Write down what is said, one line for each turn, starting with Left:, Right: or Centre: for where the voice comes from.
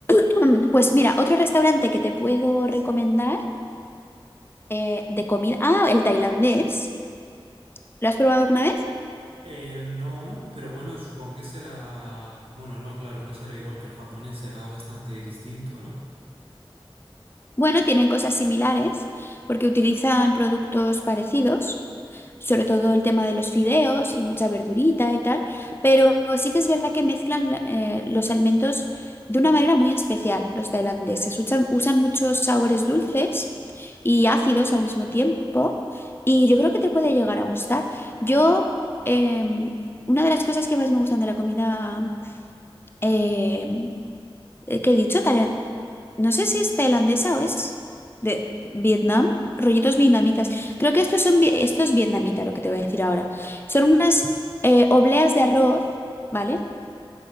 Left: <clears throat> Pues mira, otro restaurante que te puedo recomendar eh, de comida. Ah, el tailandés. ¿Lo has probado alguna vez?
Right: Eh, no, pero bueno, supongo que será... Bueno, no, claro, no será igual que el japonés, será bastante distinto, ¿no?
Left: Bueno, tienen cosas similares porque utilizan productos parecidos, sobre todo el tema de los fideos y mucha verdurita y tal, pero sí que es verdad que mezclan eh, los alimentos de una manera muy especial los tailandeses. Usan, usan muchos sabores dulces y ácidos al mismo tiempo y yo creo que te puede llegar a gustar. Yo, em, una de las cosas que más me gustan de la comida em, eh, que he dicho, no sé si es tailandesa o es de Vietnam, rollitos vietnamitas. Creo que estos son, vi- esto es vietnamita lo que te voy a decir ahora. Son unas eh, obleas de arroz, ¿vale?